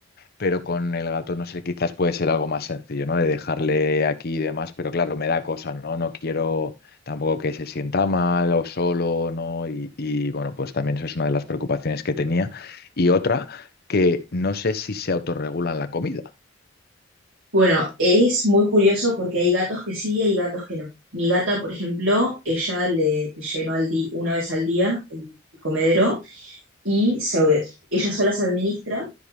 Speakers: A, on the left; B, on the right.
A: pero con el gato, no sé, quizás puede ser algo más sencillo, ¿no? De dejarle aquí y demás, pero claro, me da cosa, ¿no? No quiero tampoco que se sienta mal o solo, ¿no? Y, y, bueno, pues también eso es una de las preocupaciones que tenía. Y otra, que no sé si se autorregulan la comida.
B: Bueno, es muy curioso porque hay gatos que sí y hay gatos que no. Mi gata, por ejemplo, ella le llenó al di- una vez al día el comedero y se- ella sola se administra,